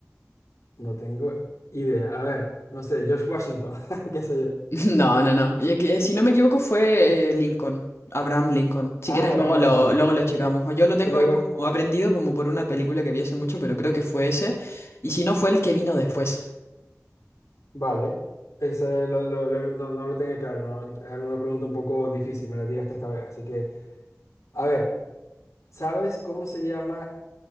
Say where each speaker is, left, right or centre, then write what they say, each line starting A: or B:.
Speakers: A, on the left; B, on the left.
A: no tengo idea. A ver, no sé, George Washington, <laughs> qué sé yo.
B: No, no, no. Y que, eh, si no me equivoco fue eh, Lincoln, Abraham Lincoln. Si
A: Ah,
B: quieres
A: Abraham
B: luego lo,
A: Lincoln.
B: luego lo checamos. O Yo lo tengo
A: Luego,
B: ahí como aprendido como por una película que vi hace mucho, pero creo que fue ese. Y si no fue el que vino después.
A: Vale, ese lo- lo- lo- no, no lo tenía claro, ¿no? Es alguna pregunta un poco difícil, me la tiraste esta vez. Así que, a ver, ¿sabes cómo se llama